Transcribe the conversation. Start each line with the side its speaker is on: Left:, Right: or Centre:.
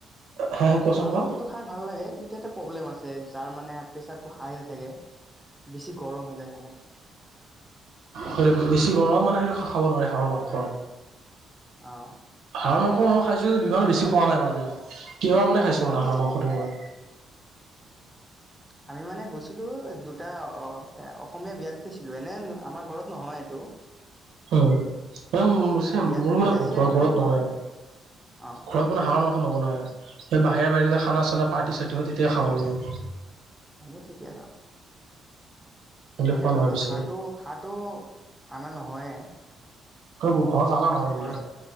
Right: হা হা কোৱাচোন
Centre: হাঁহৰ
Right: কোৱা
Centre: মাংসটো খাই ভাল লাগে কিন্তু এটা প্ৰব্লেম আছে যাৰ মানে প্ৰেচাৰটো হাই হৈ থাকে, বেছি গৰম হৈ যায় খালে।
Right: সেই বেছি গৰমত মানে সেইটো খাব নোৱাৰে হাঁহৰ মাংস।
Centre: অ'।
Right: হাঁহ মাংস মই খাইছোঁ ইমানো বেছি খোৱা নাই মানে। কেইবাৰ মানে হে খাইছোঁ
Centre: মই
Right: মানে
Centre: বেছি
Right: হাঁহৰ মাংসটো মই।
Centre: <unintelligible> আমি মানে গৈছিলো দুটা অসমীয়া বিয়াত খাইছিলোঁ এনে আমাৰ ঘৰত নহয় এইটো। <unintelligible>
Right: উম' চেম
Centre: বিয়া
Right: মোৰো মানে
Centre: বিয়া
Right: ঘৰৰ
Centre: চিয়াত গ'লে
Right: ঘৰত
Centre: খোৱা
Right: নহয়।
Centre: হয় অ
Right: ঘৰত মানে হাঁহৰ মাংস নৱনাই, সেই বাহিৰে বাহিৰে খানা চানা পাৰ্ৱতী চাৰ্টি হয় তেতিয়াই খাওঁ আমি।
Centre: আমিও তেতিয়া খাওঁ,
Right: নহ'লে
Centre: এনে
Right: খোৱা নহয়
Centre: ঘৰত
Right: বেছি
Centre: হাহটো হ <unintelligible> টো অনা নহয়ে।
Right: ঘৰত অনা নহয় এইবিলাক।
Centre: ঘৰত